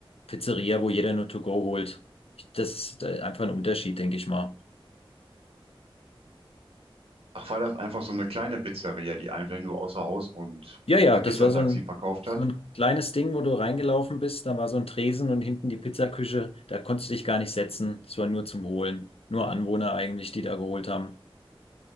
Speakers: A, on the left (about 80°); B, on the right (about 75°).
A: Pizzeria, wo jeder nur to go holt. Ich- Das ist äh, einfach ein Unterschied, denke ich mal.
B: Ach, war das einfach so eine kleine Pizzeria, die einfach nur außer Haus und
A: Ja, ja,
B: per Pizzataxi
A: das war so ein,
B: verkauft
A: so
B: hat?
A: ein kleines Ding, wo du reingelaufen bist. Da war so ein Tresen und hinten die Pizzaküche. Da konntest du dich gar nicht setzen. Das war nur zum Holen. Nur Anwohner eigentlich, die da geholt haben.